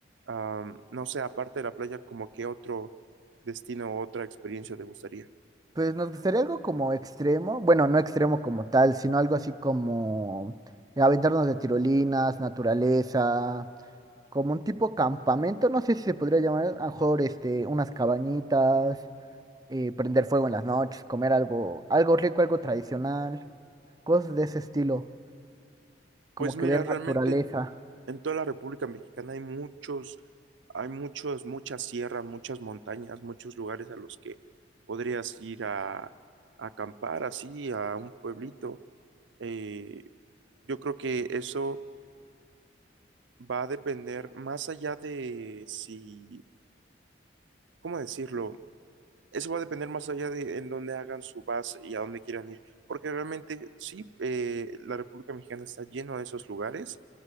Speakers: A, on the right; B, on the right.
A: am, no sé, aparte de la playa, ¿como qué otro destino o otra experiencia te gustaría?
B: Pues nos gustaría algo como extremo. Bueno, no extremo como tal, sino algo así como eh, aventarnos de tirolinas, naturaleza. como un tipo campamento, no sé si se podría llamar, a lo mejor este, unas cabañitas, eh, prender fuego en las noches, comer algo, algo rico, algo tradicional, cosas de ese estilo, como
A: Pues mira,
B: que ver
A: realmente
B: naturaleza.
A: en, en toda la República Mexicana hay muchos, hay muchos, muchas sierras, muchas montañas, muchos lugares a los que podrías ir a, a acampar así, a un pueblito. Eh, yo creo que eso va a depender más allá de si, ¿cómo decirlo? Eso va a depender más allá de en dónde hagan su base y a dónde quieran ir, porque realmente sí, eh, la República Mexicana está lleno de esos lugares